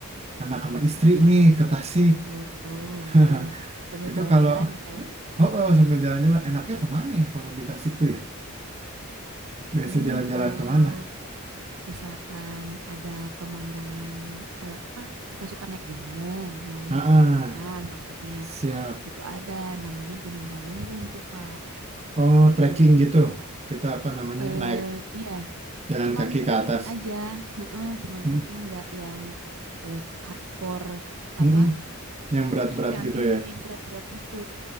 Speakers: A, on the right (about 30°); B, on the right (about 80°).
A: anak sama istri nih ke Tasik.
B: Oh,
A: <laughs>
B: iya. Sambil
A: Itu
B: jalan-jalan
A: kalau
B: ya Kak ya.
A: oh, oh sambil jalan-jalan enaknya kemana ya kalau di Tasik tuh ya? Biasa
B: Ini
A: jalan-jalan
B: kalau
A: kemana?
B: misalkan ada pemandangan eh, apa? Kakak suka naik gunung. Nah, lihat
A: Heeh.
B: pemandangan maksudnya.
A: Siap.
B: Itu ada namanya Gunung Galunggung tuh Kak.
A: Oh,
B: Gitu.
A: trekking gitu. Kita apa namanya?
B: eh
A: Naik
B: iya,
A: jalan
B: cuman
A: kaki
B: trekking
A: ke atas.
B: aja, Heeh, cuman
A: Mm,
B: trekking nggak yang eh, hardcore
A: mm,
B: apa
A: mm. Yang berat-berat
B: yang
A: gitu
B: ini
A: ya.
B: berat-berat gitu.